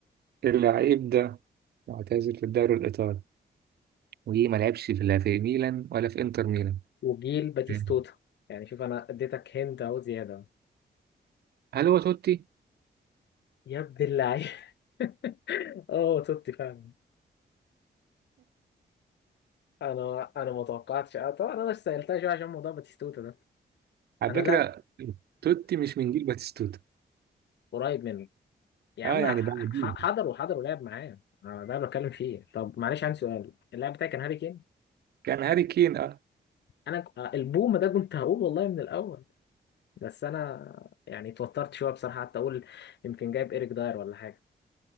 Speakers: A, on the right; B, on the left.
A: اللعيب ده معتزل في الدوري الإيطالي وما لعبش في لا في ميلان ولا في انتر ميلان
B: وجيل باتيستوتا
A: مم.
B: يعني شوف انا اديتك هند اهو زياده
A: هل هو توتي؟
B: يا ابن اللعيب <laughs> اه توتي فعلا انا انا ما توقعتش اه طبعا انا سالتها شويه عشان موضوع باتيستوتا ده
A: على
B: انا
A: فكرة
B: لاعب
A: توتي مش من جيل باتيستوتا
B: قريب منه يا
A: اه
B: عم
A: يعني
B: ح-
A: بعديه
B: ح- حضر وحضر ولعب معاه أنا ده اللي بتكلم فيه طب معلش عندي سؤال اللاعب بتاعي كان هاري كين
A: كان هاري كين اه
B: انا ك- آه، البوم ده كنت هقول والله من الاول بس انا يعني اتوترت شويه بصراحه حتى اقول يمكن جايب ايريك داير ولا حاجه